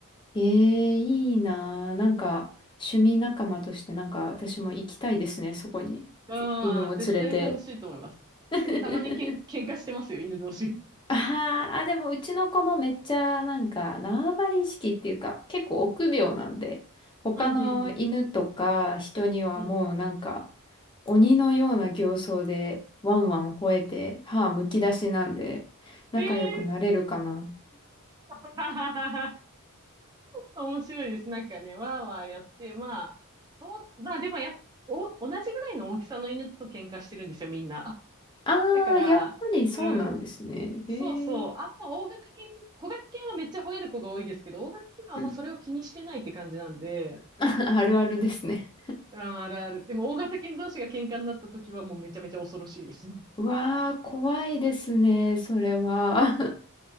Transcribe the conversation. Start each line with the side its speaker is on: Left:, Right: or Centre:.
Left: ええ、いいなあ。なんか、趣味仲間として、なんか、私も行きたいですね、そこに。
Right: うん、
Left: 犬を連れて。
Right: うん絶対楽しいと思います。
Left: <laughs>
Right: でもたまにけん、喧嘩してますよ、犬同士。
Left: あーあ、でも、うちの子もめっちゃ、なんか、縄張り意識っていうか、結構臆病なんで、他の犬とか人にはもう、
Right: うん、うん、うん。うん。
Left: なんか、鬼のような形相で、ワンワン吠えて、歯むき出しなんで、仲良くなれるかな。
Right: ええー <laughs> 面白いです。なんかね、わーわーやって、まあ、そう、まあでもや、お、同じぐらいの大きさの犬と喧嘩してるんですよ、みんな。
Left: ああ、
Right: だから、
Left: やっぱりそうなんですね。
Right: うん。そうそう。
Left: へえ。
Right: あんま大型犬、小型犬はめっちゃ吠える子が多いですけど、大型犬はあんまそれを気にしてないって感じなんで、
Left: うん。<laughs> あるあるですね。
Right: うん、あるある。でも大型犬同士が喧嘩になった時はもうめちゃめちゃ恐ろしいです。
Left: <laughs> うわあ、怖いですね、それは。